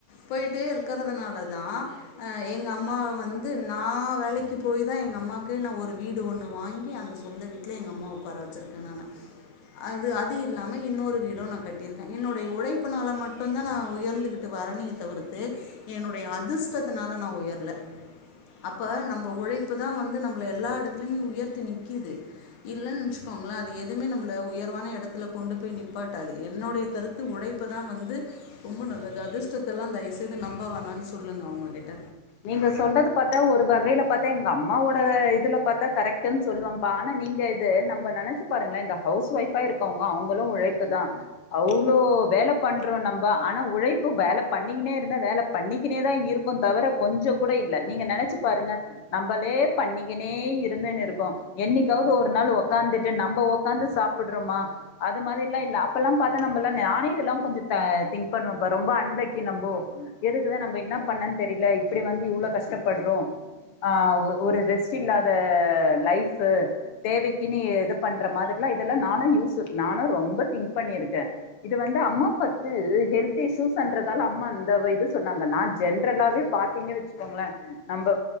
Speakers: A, on the left (about 85°); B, on the left (about 60°).
A: போயிட்டே இருக்கிறதுனால தா எ எங்க அம்மாவ வந்து நா வேலைக்கு போய் தா எங்க அம்மாக்கே நா ஒரு வீடு ஒன்னு வாங்கி அந்த சொந்த வீட்டில எங்க அம்மாவ உட்கார வச்சிருக்கே நானு அது அது அது இல்லாம இன்னொரு வீடு நா கட்டிருக்கே என்னுடைய உழைப்புனால மட்டும்ந்தா நா உயர்ந்துகிட்டு வரணே தவிர்த்து என்னுடைய அதிர்ஷ்டத்தினால நா உயர்ல அப்ப நம்ம உழைப்பு தா வந்து நம்மள எல்லா இடத்துலயுமே உயர்த்தி நிக்குது இல்லனா நெனச்சுக்கோங்களே அது எதுவுமே நம்மள உயர்வான இடத் த்துல கொண்டு போய் நிப்பாட்டாது என்னுடைய கருத்து உழைப்புதா வந்து ரொம்ப நல்லது அதிர்ஷ்டத்தெல்லா தயவுசைது நம்ப வோனான்னு சொல்லுங்க அவங்ககிட்ட
B: நீங்க சொல்றது பாத்தா ஒரு வகைய்ல பாத்தா எங்க அம்மாவோட இதுல பாத்தா கரெக்டன்னு சொல்லுவம்பா ஆனா நீங்க இது நம்ம நெனச்சு பாருங்களே இந்த ஹவுஸ் ஒய்ஃபா இருக்கவங்க அவங்களு உழைப்பு தா அவளோ வேல பண்றோ நம்ப ஆனா உழைப்பு வேல பண்ணிகினே இருந்தா வேல பண்ணிகினே தா இருப்ப தவர கொஞ்ச கூட இல்ல நீங்க நெனச்சு பாருங்க நம்மளே பண்ணிகினே இருந்தேன்னு இருக்கு என்னிக்காவது ஒரு நாள் உக்காந்துட்டு நம்ப உக்காந்துட்டு சாப்புடுறமா அது மாரில்லா இல்ல அப்பெல்லா பாத்தா நம்பெல்லா நானே இதெல்லாம் கொஞ்ச திங்க் பண்ணுவம்பா ரொம்ப அன்லக்கி நம்போ எதுக்குதா நம்ம என்ன பண்ணன்னு தெரில இப்டி வந்து இவ்ளோ கஷ்டபட்றோ ஹ் ஒரு ரெஸ்ட் இல்லாத லைஃப் தேவைக்குன்னு இது பண்ற மாதிரிலாம் இதெல்லாம் நானும் யூஸ் நானும் ரொம்ப திங்க் பண்ணியருக்க இது வந்து அம்மா அப்பாக்கு ஹெல்த் இஸ்சூயன்றதால அம்மா அந்த இது சொன்னாங்க நா ஜென்ரலாவே பாத்தீங்க வெச்சுக்கோங்களே நம்ம